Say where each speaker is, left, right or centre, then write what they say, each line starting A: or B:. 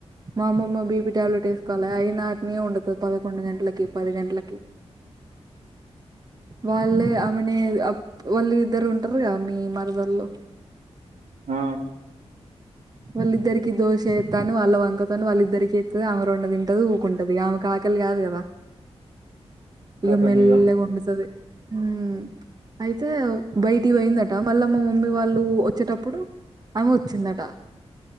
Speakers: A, on the right; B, on the right.
A: మా అమ్మమ్మ బీపీ టాబ్లెట్ వేసుకోవాలి అయినా అటానే ఉండదు పదకొండు గంటలకి పది గంటలకి వాళ్ళే ఆమెనే వాళ్ళు ఇద్దరు ఉంటారుగా మీ మరదల్లో
B: ఆ
A: వాళ్ళిద్దరికకి దోష ఎత్తది వాళ్ళ వంకతోని వాళ్ళిద్దరికి ఎత్తది ఆమె రెండు తింటది ఉ కొండది ఆమె కా ఆకలి కాదు కదా
B: కతం
A: ఇక మెల్లగా
B: ఇగ
A: వొందుతదీ ఉమ్ అయితే బయటి పోయిందట మళ్ళా మా మమ్మీ వాళ్ళు వచ్చేటప్పుడు అమె వచ్చిందట